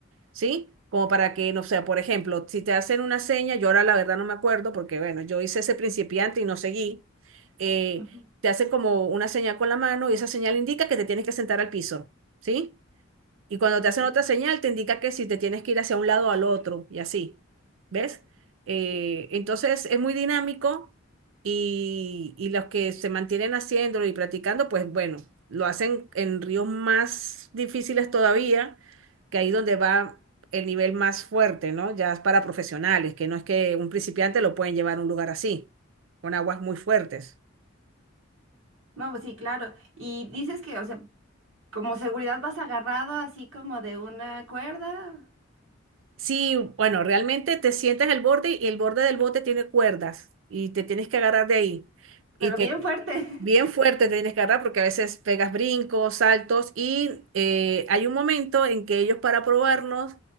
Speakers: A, on the right (about 70°); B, on the right (about 85°).
A: ¿sí? Como para que, no sé, por ejemplo, si te hacen una seña, yo ahora la verdad no me acuerdo porque, bueno, yo hice ese principiante y no seguí, eh,
B: ujú,
A: te hacen como una señal con la mano y esa señal indica que te tienes que sentar al piso, ¿sí? Y cuando
B: ok.
A: te hacen otra señal, te indica que si te tienes que ir hacia un lado o al otro, y así. ¿Ves? Eh, entonces es muy dinámico y, y los que se mantienen haciéndolo y practicando, pues bueno, lo hacen en ríos más difíciles todavía, que ahí donde va el nivel más fuerte, ¿no? Ya es para profesionales, que no es que un principiante lo pueden llevar a un lugar así, con aguas muy fuertes.
B: No, pues sí, claro. Y dices que, o sea, como seguridad vas agarrado así como de una cuerda,
A: Sí, bueno, realmente te sientas en el borde y el borde del bote tiene cuerdas y te tienes que agarrar de ahí. Y
B: pero
A: te
B: bien fuerte.
A: bien fuerte te tienes que agarrar porque a veces pegas brincos, saltos y eh, hay un momento en que ellos para probarnos